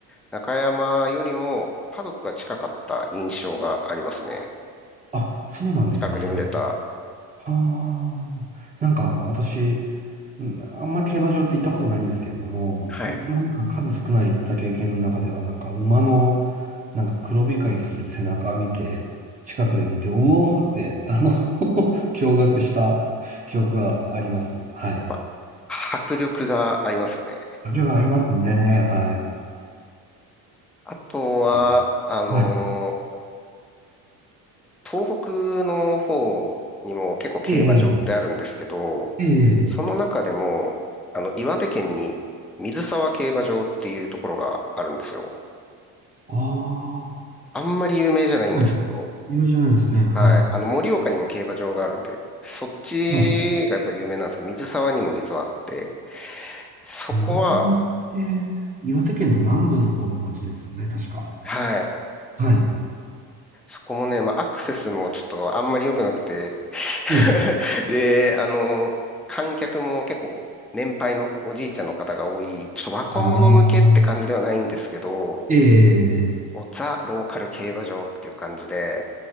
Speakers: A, in the centre; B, on the right.
A: 中山よりもパドックが近かった印象がありますね。
B: あ、そうなんですね。
A: 近くで見れた。
B: ああ。なんか私、うん、あんま競馬場って行ったことないんですけれども、
A: はい。
B: うんまあ、
A: や
B: なんか数少ない行った経験の中では、なんか馬の、なんか黒光りする背中見て、近くで見て、うおーって、あの <laughs> 驚愕した記憶があります。はい。
A: っぱ、迫力がありますよね。
B: あれはありますね。はい。
A: あとは、
B: あ、
A: あの
B: はい。
A: 東北の方にも結構競馬場ってあるんですけど、
B: ええ、ええ、
A: その中でも、あの、岩手県に水沢競馬場っていうところがあるんですよ。
B: ああ、
A: あんまり有名じゃないんですけど、
B: はい。有じゃないですね。はい。
A: はい。あの、盛岡にも競馬場があるんで、そっちがやっぱり有名なんですけど、
B: はい。
A: 水沢にも実はあって、そこは、
B: 野付川って、岩手県の南部の方の町ですよね、確か。
A: はい。
B: はい。
A: そこもね、まあ、アクセスもちょっとあんまり良くなくて <laughs>
B: ええ。
A: で、あの、観客も結構年配のおじいちゃんの方が多い、ちょっと若者向けって感じではないんですけど、
B: ああ。ええ、
A: ザ・ローカル競馬場っていう感じで、